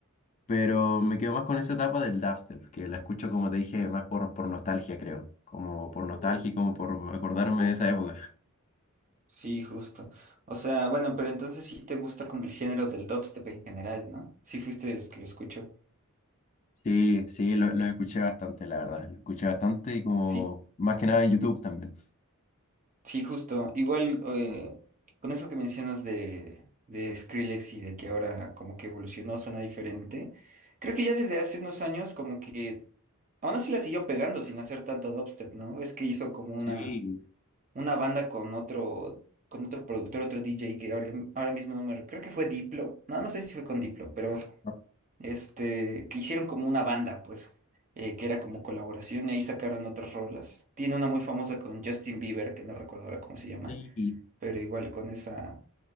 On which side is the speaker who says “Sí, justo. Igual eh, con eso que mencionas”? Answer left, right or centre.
Right